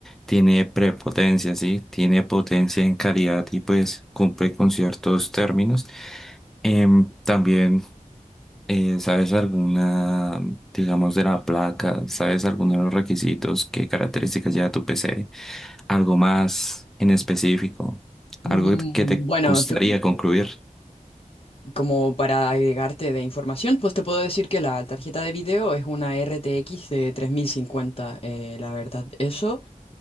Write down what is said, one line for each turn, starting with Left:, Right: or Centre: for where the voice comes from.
Centre: tiene prepotencia, sí, tiene potencia en calidad y pues cumple con ciertos términos. Em, también, eh, ¿sabes alguna, digamos, de la placa? ¿Sabes alguno de los requisitos? ¿Qué características lleva tu PC? algo más en específico,
Left: Mm,
Centre: algo que te
Left: Bueno,
Centre: gustaría
Left: te-
Centre: concluir.
Left: Como para agregarte de información, pues te puedo decir que la tarjeta de video es una RTX de 3050, eh, la verdad, eso,